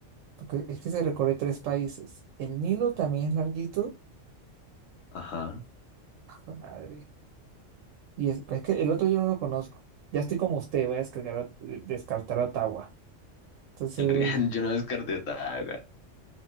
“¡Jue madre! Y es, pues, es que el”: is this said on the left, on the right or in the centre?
Right